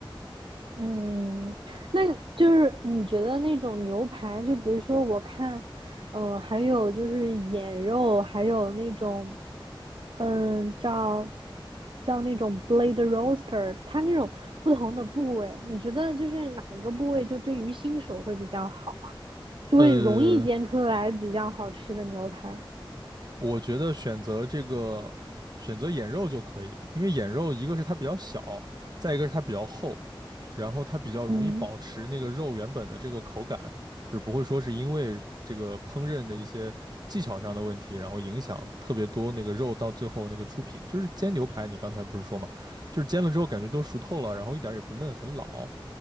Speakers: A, on the right; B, on the right.
A: 嗯，那就是你觉得那种牛排，就比如说我看，嗯，还有就是眼肉，还有那种，嗯，叫叫那种 blade roaster，它那种不同的部位，你觉得就是哪一个部位就对于新手会比较好？就会容易煎出来比较好吃的牛排。
B: 嗯。我觉得选择这个选择眼肉就可以，因为眼肉一个是它比较小，再一个是它比较厚，然后它比较容易保持那个肉原本的这个口感，
A: 嗯
B: 就是不会说是因为这个烹饪的一些技巧上的问题，然后影响特别多那个肉到最后那个出品。就是煎牛排，你刚才不是说嘛，就是煎了之后感觉都熟透了，然后一点儿也不嫩，很老。